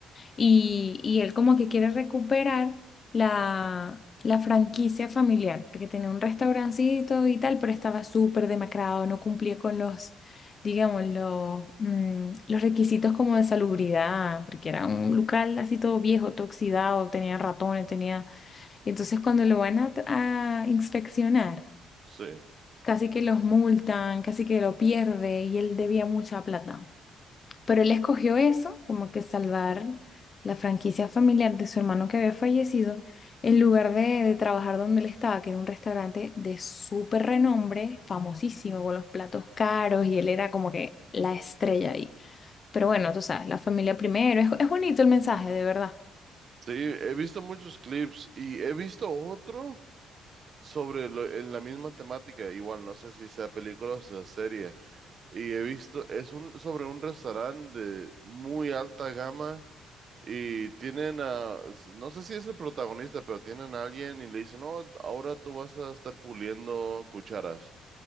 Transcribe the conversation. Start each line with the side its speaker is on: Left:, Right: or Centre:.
Left: y, y él como que quiere recuperar la, la franquicia familiar, porque tenía un restaurancito y tal, pero estaba súper demacrado, no cumplía con los, digamos, los, mm, los requisitos como de salubridad, porque era un local así todo viejo, todo oxidado, tenía ratones, tenía... Y entonces cuando lo van a, a inspeccionar,
Right: Sí.
Left: casi que los multan, casi que lo pierde y él debía mucha plata. Pero él escogió eso, como que salvar la franquicia familiar de su hermano que había fallecido, en lugar de, de trabajar donde él estaba, que era un restaurante de súper renombre, famosísimo, con los platos caros, y él era como que la estrella ahí. Pero bueno, tú sabes, la familia primero, es, es bonito el mensaje, de verdad.
Right: Sí, he visto muchos clips y he visto otro sobre lo- en la misma temática, igual no sé si sea película o sea serie, y he visto, es un, sobre un restaurante de muy alta gama y tienen a, no sé si es el protagonista, pero tienen a alguien y le dicen, no, ahora tú vas a estar puliendo cucharas.